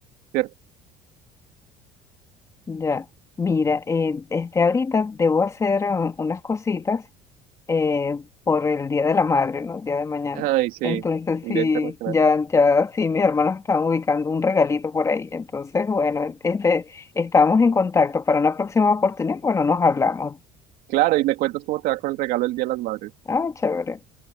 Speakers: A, on the right; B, on the left.
A: ¿cierto?
B: ya, mira, eh, este ahorita debo hacer uh, unas cositas eh, por el Día de la Madre, ¿no? El día de mañana.
A: Ay, sí,
B: Entonces
A: el
B: sí,
A: Día Internacional.
B: ya, ya sí, mis hermanos están ubicando un regalito por ahí. Entonces, bueno, este, estamos en contacto para una próxima oportunidad. Bueno, nos hablamos.
A: Claro, y me cuentas cómo te va con el regalo del Día de las Madres.
B: Ah, chévere.